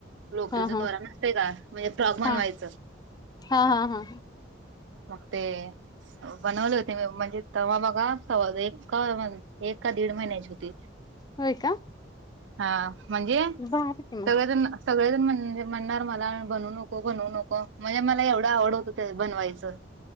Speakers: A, on the right; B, on the left.
A: लोकरीचा
B: हा हा
A: दोरा नसतय का म्हणजे फ्रॉक बनवायचं.
B: हा हा हा हा
A: मग ते. बनवले होते मी म्हणजे तेव्हा बघा सवा एक का एक का दीड महिन्याची होती.
B: होय का?
A: हा म्हणजे
B: भारी की मग
A: सगळेजण सगळेजण म्हणजे म्हणणार मला बनवू नको बनवू नको म्हणजे मला एवढं आवड होतं ते बनवायचं.